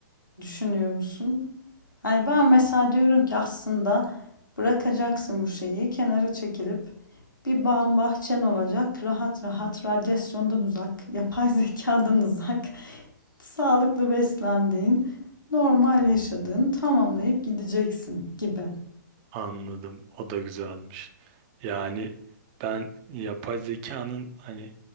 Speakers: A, on the left; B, on the right.
A: düşünüyor musun? Hani ben mesela diyorum ki aslında bırakacaksın bu şeyi, kenara çekilip bir bağın bahçen olacak, rahat rahat radyasyondan uzak, yapay zekadan uzak, <laughs> sağlıklı beslendiğin, normal yaşadığın tamamlayıp gideceksin gibi.
B: Anladım. O da güzelmiş. Yani ben yapay zekanın hani